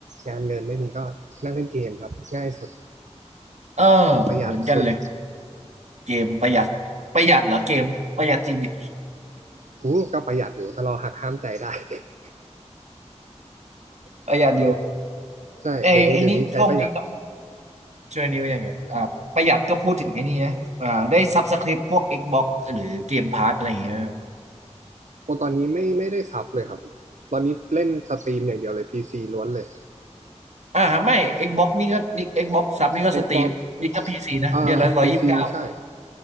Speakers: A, on the right; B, on the right.
A: งานเงินไม่มีก็นั่งเล่นเกมครับง่ายสุด
B: เออ
A: ประหยัดสุด
B: เหมือนกันเลยเกมประหยัดประหยัดเหรอเกมประหยัดจริงดิ
A: อู้ก็ประหยัดอยู่ถ้าเราหักห้ามใจได้ <laughs>
B: ประหยัดอยู่
A: ใช่เดี๋ยวนี้เดี๋ยวนี้ใช้ประหยัด
B: ไอ้ไอ้นี่ช่วงนี้ต้องช่วงนี้ว่าอย่างเงี้ยอ่าประหยัดก็พูดถึงไอ้นี่นะอ่าได้ซับสคริปพวก Xbox หรือเกมพาสอะไรอย่างเงี้ยนะ
A: โอตอนนี้ไม่ไม่ได้ซับเลยครับตอนนี้เล่นสตรีมอย่างเดียวเลยพีซีล้วนเลย
B: อ่าไม่ Xbox นี่ก็นี่ Xbox ซับนี่ก็สตรีมนี่ก็พีซีนะเดือนละร้อยยี่สิบเก้า
A: Xbox อ่าพีซีใช่